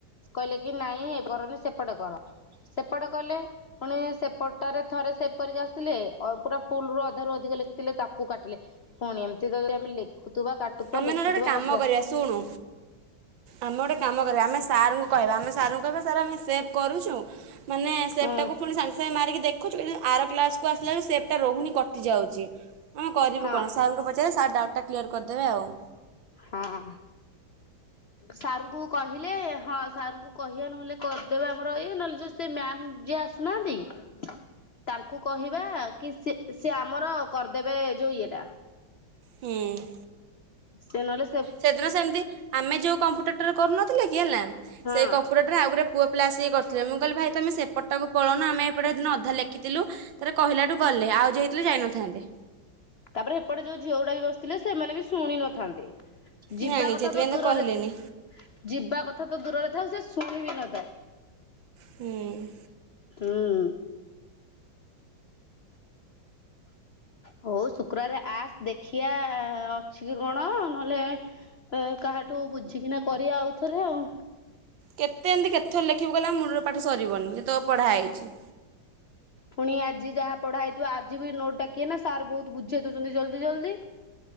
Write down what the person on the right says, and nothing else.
ଆମେ
ନହେଲେ ଗୋଟେ କାମ
କରିବା ଶୁଣୁ ଆମେ ଗୋଟେ କାମ କରିବା ଆମେ ସାର କହିବା ଆମେ ସାରଙ୍କୁ କହିବା ସାର୍ ଆମେ ସେଭ୍ କରୁଛୁ ମାନେ ସେଭ୍
ଟାକୁ ପୁଣି ସାଙ୍ଗେ ସାଙ୍ଗେ ମାରିକି ଦେଖୁଛୁ କିନ୍ତୁ ଆର କ୍ଲାସ କୁ ଆସିଲାବେଳକୁ ସେପ୍ ଟା ରହୁନି କଟିଯାଉଛି। ଆ କରିବୁ
କଣ ସାରଙ୍କୁ ପଚାରେ ସାର ଡା କ୍ଲିୟର କରି ଦେବେ ଆଉ
ହୁଁ
ସେଦିନ ସେମିତି ଆମେ ଯୋଉ କମ୍ପ୍ୟୁଟର ଟାରେ କରୁନ ନଥିଲେକି ହେଲା।
ସେଇ କମ୍ପୁଟରଟରେ ଆଉଗୁରେ ରେ ପୁଅ ପିଲା ଆସିକି କରିଥିଲେ ମୁଁ କହିଲି ଭାଇ ତମେ ସେପଟାକୁ ପଳଉୁନ ଆମେ ଏପଟେ ସେଦିନ ଅଧା ଲେଖ୍ ଥିଲୁ ତାରେ କହିଲାଠୁ ଗଲେ, ଆଉ ଯେ ହେଇଥିଲେ ଯାଇନଥାନ୍ତେ।
ଜାଣିଛି
ସେଥିପାଇଁ
କହିଲେନି
ହୁଁ
କେତେ ଏମିତି କେତଥର ଲେଖିବୁ ଗଲେ ମୁୂଳରୁ ପାଠ ସରିବନି ଯେତେକ ପଢ଼ା ହେଇଛି